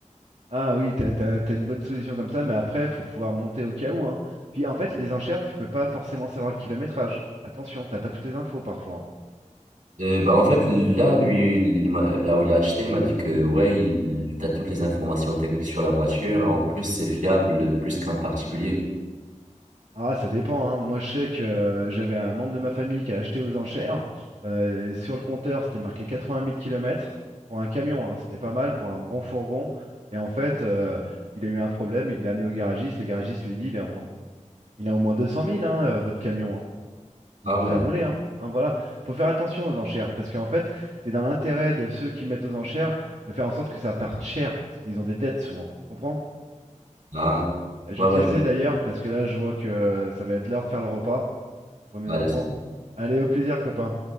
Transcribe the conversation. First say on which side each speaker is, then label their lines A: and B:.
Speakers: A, on the right; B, on the right.
A: Ah oui, t'as, t'as- t'as une bonne solution comme ça, mais après, faut pouvoir monter au cas où, hein. Puis en fait, les enchères, tu peux pas forcément savoir le kilométrage. Attention, t'as pas toutes les infos parfois. hein.
B: Euh, bah, en fait, là, lui, il, il m'a- là où il a acheté, il m'a dit que, ouais, il, t'as toutes les informations techniques sur la voiture. En plus, c'est fiable plus qu'un particulier.
A: Ah, ça dépend, hein. Moi, je sais que euh, j'avais un membre de ma famille qui a acheté aux enchères. Euh, sur le compteur, c'était marqué 80 000 kilomètres pour un camion, hein. C'était pas mal pour un bon fourgon. Et en fait, euh, il a eu un problème, il l'a amené au garagiste. Le garagiste lui a dit, il a au moins, il a au moins 200 000, hein, euh, votre camion. hein.
B: Ah
A: Vous vous
B: ouais.
A: a roulé, hein. Hein, Voilà, faut faire attention aux enchères parce qu'en fait, c'est dans l'intérêt de ceux qui mettent aux enchères de faire en sorte que ça parte cher parce qu'ils ont des dettes souvent. Tu comprends?
B: Ah.
A: Euh, Je
B: Ouais,
A: vais
B: ouais,
A: te laisser
B: je vois.
A: d'ailleurs parce que là, je vois que euh, ça va être l'heure de faire le repas pour mes
B: Allez,
A: enfants. Allez, au plaisir, copain.